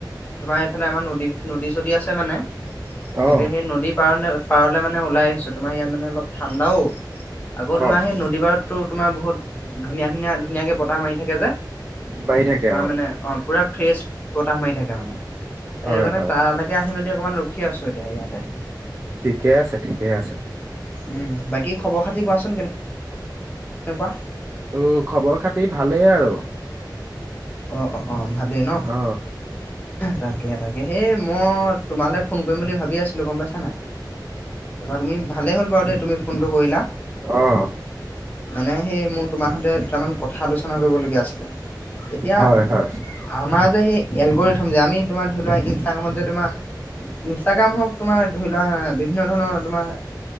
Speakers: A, on the left (about 20°); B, on the right (about 35°).
A: তোমাৰ এই ফালে আমাৰ নদী, নদী চদী আছে মানে। ‌তাকে
B: অ
A: সেই নদীৰ পাৰনে, পাৰলৈ মানে ওলাই আহি ছোঁ, তোমাৰ ইয়াত মানে অলপ ঠাণ্ডাও। আকৌ তোমাৰ
B: অ
A: সেই নদীৰ পাৰত তো তোমাৰ বহুত ধুনীয়া, ধুনীয়া, ধুনীয়াকৈ বতাহ মাৰি থাকে যে,
B: মাৰি থাকে
A: তোমাৰ মানে অ পূৰা ফ্ৰেছ বতাহ মাৰি থাকে মানে। এইটো
B: হয়
A: কাৰণে
B: হয়
A: তালৈকে আহ হি মেলি অকণমান ৰখি আছো এতিয়া ইয়াতে।
B: ঠিকে আছে, ঠিকে আছে।
A: উম, বাকী খবৰ খাতি কোৱাচোন কেনে নেকুৱা?
B: উম, খবৰ খাতি ভালেই আৰু।
A: অ, অ, ভালেই ন,
B: অ
A: তাকে তাকে, সেই মই তোমালৈ ফোন কৰিম বুলি ভাবি আছিলোঁ, গম পাইছা নাই? তুমি ভালেই হ'ল বাৰু দেই, তুমি ফোনটো কৰিলা।
B: অ
A: মানে, সেই মোৰ তোমাৰ সৈতে দুটামান কথা আলোচনা কৰিবলগীয়া আছিলে। এতিয়া
B: হয় হয়
A: আমাৰ যে সেই, এলগৰি থ'ম যে আমি তোমৰ ধৰিলোৱা‌, ইনষ্টাগ্ৰামত যে তোমাৰ ইনষ্টাগ্ৰাম হওক, তোমাৰ ধৰি লোৱা বিভিন্ন ধৰণৰ তোমাৰ